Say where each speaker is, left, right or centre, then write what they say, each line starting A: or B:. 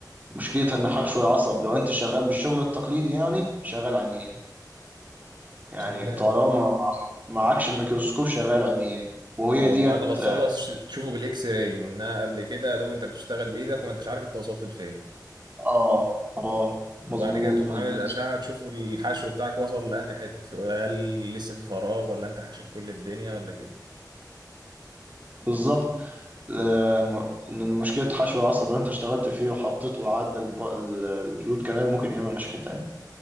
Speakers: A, on the right; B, on the right.
A: مشكلتها إن حشو العصب لو أنت شغال بالشغل التقليدي يعني شغال عمياني يعني
B: تمام
A: طالما معكش الميكروسكوب شغال عمياني وهي
B: او
A: ديت
B: بعد ما تخلص
A: آه
B: ش- تشوفه بالاكس راي منها قبل كده يا دوب انت بتشتغل بايدك وما انتش عارف انت وصلت لفين
A: آه آه، مظبوط
B: وبعد كده تقوم
A: مظبوط
B: عامل الاشعه تشوف الحشو بتاعك وصل لاني حته ولا هل لسه في فراغ ولا انت حشيت كل الدنيا ولا كده
A: بالظبط ل- م- إن مشكلة حشو العصب اللي انت اشتغلت فيه وحطيته وعدى الب- ال- الروت كانال ممكن يعمل مشاكل تانية